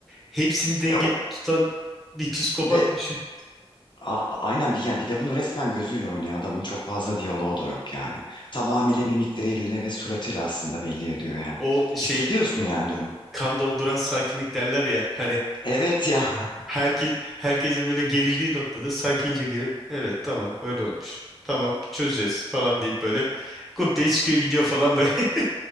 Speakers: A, in the centre; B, on the left.
A: hepsini dengede
B: Ve, o,
A: tutan bir psikopat
B: ve
A: düşün.
B: A- Aynen bir yani bir de bunu resmen gözüyle oynuyor adamın çok fazla diyaloğu da yok yani. Tamamıyla mimikleriyle ve suratıyla aslında belli ediyor yani.
A: O şey
B: Hissediyorsun yani durumu.
A: kan donduran sakinlik derler ya hani
B: Evet ya. <laughs>
A: herki, herkese böyle gerildiği noktada sakince girip evet tamam böyle olmuş. Tamam çözeceğiz falan deyip böyle kup diye çıkıyor gidiyor falan böyle. <laughs>